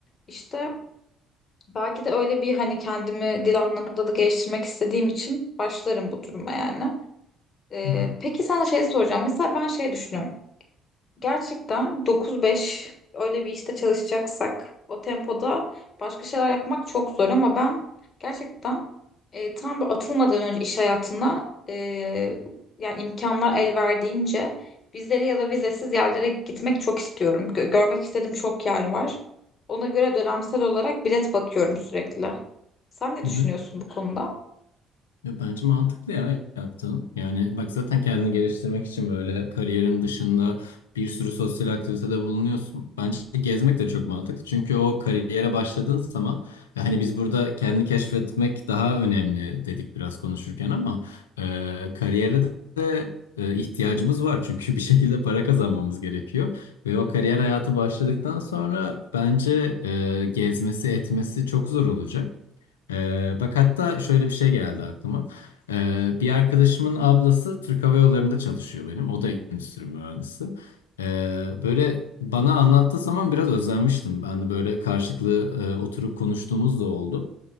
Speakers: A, on the left (about 45°); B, on the left (about 80°).
A: İşte belki de öyle bir hani kendimi dil anlamında da geliştirmek istediğim için başlarım bu duruma yani. E,
B: hı hı,
A: peki sana şey soracağım. Mesela ben şey düşünüyorum. Gerçekten 9-5 öyle bir işte çalışacaksak o tempoda başka şeyler yapmak çok zor ama ben gerçekten e, tam bir atılmadan önce iş hayatına e, yani imkanlar el verdiğince vizeli ya da vizesiz yerlere gitmek çok istiyorum. Gö- görmek istediğim çok yer var. Ona göre dönemsel olarak bilet bakıyorum sürekli. Sen ne düşünüyorsun
B: hı hı.
A: bu konuda?
B: Ya bence mantıklı ya yaptığın. Yani bak zaten kendini geliştirmek için böyle kariyerin dışında bir sürü sosyal aktivitede bulunuyorsun. Bence gezmek de çok mantıklı. Çünkü o kariyere başladığın zaman e, hani biz burada kendini keşfetmek daha önemli dedik biraz konuşurken ama e, kariyere de e, ihtiyacımız var. Çünkü bir şekilde para kazanmamız gerekiyor. Ve o kariyer hayatı başladıktan sonra bence e, gezmesi etmesi çok zor olacak. Ee, bak hatta şöyle bir şey geldi aklıma. Ee, bir arkadaşımın ablası Türk Hava Yolları'nda çalışıyor benim. O da endüstri mühendisi. Ee, böyle bana anlattığı zaman biraz özenmiştim. Ben de böyle karşılıklı e, oturup konuştuğumuz da oldu.